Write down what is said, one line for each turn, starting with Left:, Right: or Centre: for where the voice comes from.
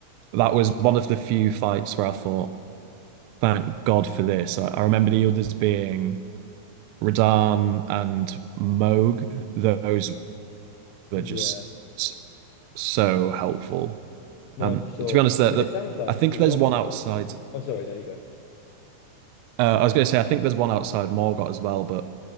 Right: that was one of the few fights where I thought, thank God for this. I, I remember the others being Radahn and Moog. Those were
Left: Yeah.
Right: just s- so helpful.
Left: No,
Right: Um,
Left: for sure.
Right: to be honest, the,
Left: I mean,
Right: the
Left: it sounds like
Right: I think
Left: the
Right: there's
Left: optionals.
Right: one outside.
Left: Oh, sorry. No, you go.
Right: Uh, I was going to say I think there's one outside Morgott as well, but